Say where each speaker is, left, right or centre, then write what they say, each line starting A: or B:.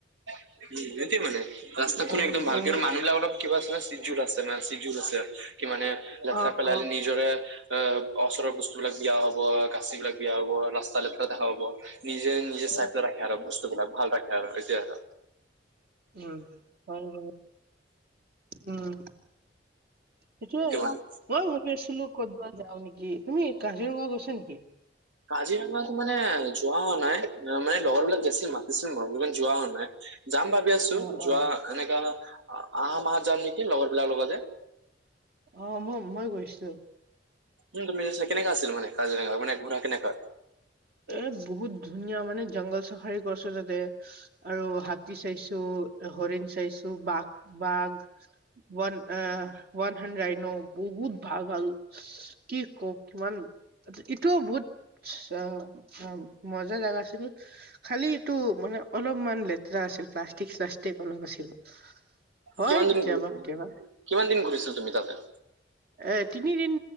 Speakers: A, on the right; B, on the right.
A: উম, সেইটোৱে মানে ৰাস্তা খন
B: অ
A: একদম ভালকে
B: অ
A: আৰু মানুহবিলাক অলপ। কিবা আছে চিজুৰ আছে মানে চিজুৰ আছে কি মানে লেতেৰা
B: অ
A: পেলালি।
B: অ
A: নিজৰে অ' ওচৰৰ বস্তু বিলাক দিয়া হব গাচি বিলাক দিয়া হ'ব ৰাস্তা লেপেল দেখা পাব। নিজে নিজে
B: অ
A: চাডে ৰাখে আৰু বস্তুবিলাক ভাল ৰাখে আৰু এটোৱে আৰু।
B: উম, হয় নেকি উম। সেইটোৱে
A: সেইটো
B: আৰু
A: মানে
B: মই ভাবি আছিলো ক'তবা যাওঁ নেকি, তুমি কাজিৰঙা গৈছা নেকি?
A: কাজিৰঙাত মানে যোৱা হোৱা নাই মানে লগৰ বিলাক গৈছিল মাতিছিল মানে যোৱা হোৱা নাই। যাম ভাবি আছো
B: অ
A: যোৱা
B: অ
A: এনেকা আহা মাহত যাম নেকি লগৰ বিলাক লগতে।
B: অ', মই, মই গৈছো।
A: উম, তুমি কেনেকা আছিল মানে কাজিৰঙা মানে ঘোঁৰা কেনেকা?
B: এ, বহুত ধুনীয়া মানে জংঘল চাফাৰী কৰিছোঁ তাতে। আৰু হাতী চাইছো, হৰিণ চাইছোঁ বাঘ, বাঘ। ৱান অহ' ৱান হেন্দৰাইনো বহুত ভাল-ভাল কি কও কিমান এইটোও বহুত। অ', অ' মজা জেগা আছিলে। খালি এইটো মানে অলপমান লেতেৰা আছিল প্লাষ্টিক চাষ্টিক অলপ আছিল। হয়
A: কিমান দিন
B: কেতিয়াবা কেতিয়াবা।
A: কিমান দিন ঘূৰিছা তুমি তাতে?
B: এ, তিনি দিন,